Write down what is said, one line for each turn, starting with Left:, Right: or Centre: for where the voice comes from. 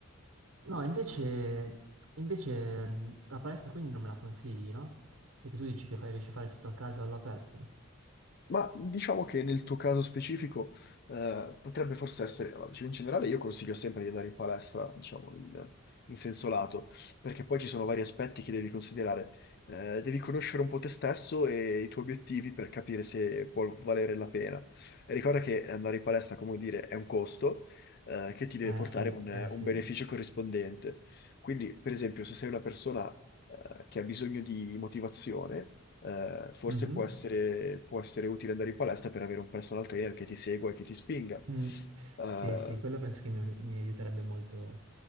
Right: no, invece, invece mh, la palestra quindi non me la consigli, no? Perché tu dici che fai, riesci a fare tutto a casa all'aperto.
Left: Ma diciamo che nel tuo caso specifico eh, potrebbe forse essere, allora, diciamo, in generale io consiglio sempre di andare in palestra, diciamo, in, in senso lato, perché poi ci sono vari aspetti che devi considerare. Eh, devi conoscere un po' te stesso e i tuoi obiettivi per capire se può valere la pena. E ricorda che andare in palestra, come dire, è un costo eh, che ti deve
Right: Eh
Left: portare
Right: sì,
Left: un
Right: eh sì.
Left: un beneficio corrispondente. Quindi, per esempio, se sei una persona eh, che ha bisogno di motivazione, eh, forse
Right: Mhm.
Left: può essere, può essere utile andare in palestra per avere un personal trainer che ti segua e che ti spinga.
Right: Mm.
Left: Eh,
Right: Sì, sì, quello penso che mi, mi aiuterebbe molto